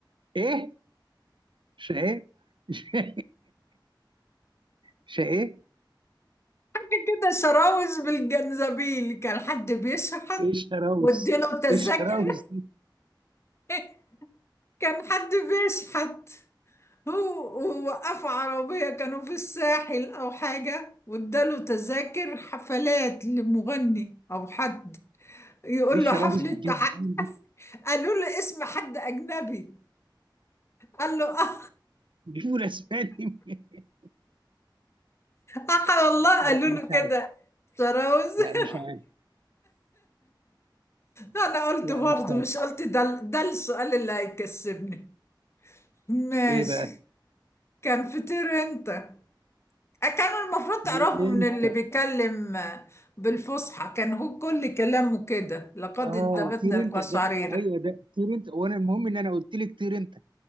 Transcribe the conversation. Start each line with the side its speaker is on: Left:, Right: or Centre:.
Right: ايه شقاق <laughs> شقاق
Left: حاجة كده شراوذ بالجنزبيل كان حد بيشحت
Right: ايه الشراوس
Left: واديله تذاكر
Right: ايه الشراوس دي
Left: <laughs> كان حد بيشحت هو ووقفوا عربية كانوا في الساحل أو حاجة واداله تذاكر حفلات لمغني أو حد يقول
Right: ايه الشراوس
Left: له حفلة
Right: بالجنس
Left: تح...
Right: دي
Left: قالوا له اسم حد أجنبي قال له اه
Right: جيبوا الاسماء دي منين؟
Left: آه والله
Right: لا
Left: قالوا له
Right: مش
Left: كده
Right: عارف
Left: سراوز
Right: لا
Left: <laughs>
Right: مش عارف
Left: انا قلت
Right: لا
Left: برضه
Right: مش عارف
Left: مش قلت ده ده السؤال اللي هيكسبني ماشي
Right: ايه بقى
Left: كان فطير انت آه، كانوا المفروض تعرفوا
Right: طير
Left: من
Right: انت
Left: اللي بيتكلم آه، بالفصحى كان هو كل كلامه كده لقد
Right: اه
Left: انتابتنا
Right: طير
Left: القشعريرة
Right: انت ده ايوه ده طير انت وانا المهم ان انا قلت لك طير انت